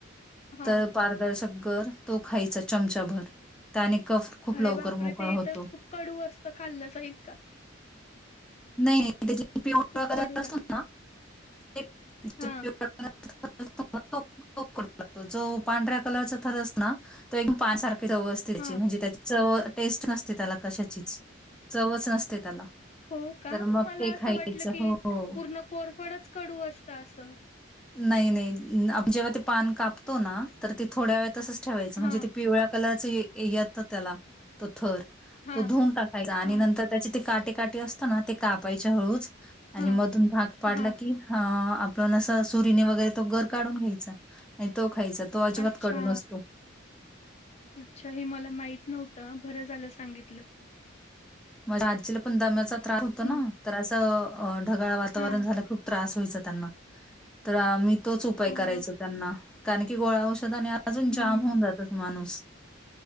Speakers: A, on the left; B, in the centre.
A: हां.
B: तर पारदर्शक गर. तो खायचा चमचाभर त्याने कफ खूप
A: अरे
B: लवकर
A: बापरे!
B: मोकळा
A: ते
B: होतो.
A: तर खूप कडू असतं खाल्लं जाईल का?
B: नाही नाही त्याची पिवळ
A: खूप
B: वगैर
A: कडू लागतं.
B: असतो ना <unintelligible>
A: हां,
B: <unintelligible> जो पांढऱ्या कलरचा थरस ना. तो एकदम पान सारखे चव अस त्याची
A: हां.
B: म्हणजे त्याची चव टेस्ट नसते त्याला कशाचीच, चवच नसते त्याला.
A: हो का
B: तर मग
A: मला
B: ते
A: असं
B: खायचं
A: वाटलं की
B: हो. हो.
A: पूर्ण कोरफडच कडू असतं असं.
B: नाही नाही जेव्हा ते पान कापतो ना तर ते थोड्या वेळ तसच ठेवायच म्हणजे
A: हां,
B: ते पिवळ्या कलरच येतं त्याला, तो थर
A: हां,
B: तो धुवून
A: हां.
B: टाक आणि
A: हां,
B: नंतर त्याचे ते काटे काटे असत ना ते कापायचे हळूच. आणि
A: हां,
B: मधून भाग पाडला
A: हां.
B: की हा आपल्याला सहज सुरीने वगैरे तो गर काढून घ्यायचा आणि तो खायचा. तो अजिबात
A: अच्छा.
B: कडू नसतो.
A: अच्छा हे मला माहित नव्हतं बरं झालं सांगितलं.
B: माझ्या आजीला पण दम्याचा त्रास होता ना.
A: हं.
B: तर असं ढगाळ वातावरण
A: हां,
B: झालं खूप त्रास व्हायचा त्यांना. तर आम्ही तोच उपाय
A: हां.
B: करायचो त्यांना कारण की गोळ्या औषधाने आणि अजून
A: हं.
B: जाम होऊन जातच माणूस.